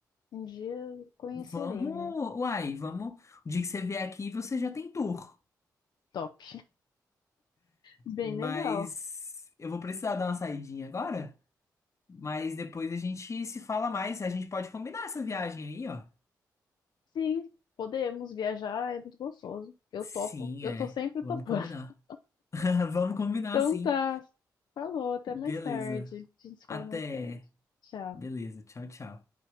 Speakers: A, on the left; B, on the left.
A: um dia conhecerei,
B: Vamos,
A: né?
B: uai, vamos. O dia que você vier aqui, você já tem tour.
A: Top. Bem
B: Mas
A: legal.
B: eu vou precisar dar uma saidinha agora. Mas depois a gente se fala mais. A gente pode combinar essa viagem aí, ó.
A: Sim, podemos viajar, é muito gostoso. Eu
B: Sim,
A: topo, eu
B: é.
A: tô sempre
B: Vamos
A: topando.
B: combinar.
A: <laughs>
B: <laughs> Vamos combinar,
A: Então
B: sim.
A: tá. Falou, até
B: Beleza.
A: mais tarde. A gente se
B: Até.
A: fala mais tarde. Tchau.
B: Beleza. Tchau, tchau.